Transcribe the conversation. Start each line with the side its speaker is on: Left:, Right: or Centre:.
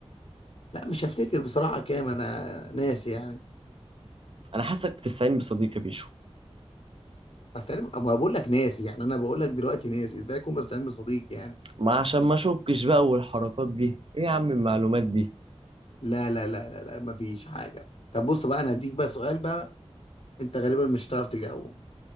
Left: لا مش هفتكر بصراحة كام أنا ناسي يعني
Right: أنا حاسك بتستعين بصديقي بيشو
Left: أستعين أما بقول لك ناسي يعني أنا بقول لك دلوقتي ناسي إزاي أكون بستعين بصديق يعني
Right: ما عشان ما أشكش بقى والحركات دي ايه يا عم المعلومات دي
Left: لا لا لا لا لا مفيش حاجة طب بص بقى أنا هديك بقى سؤال بقى أنت غالبا مش هتعرف تجاوبه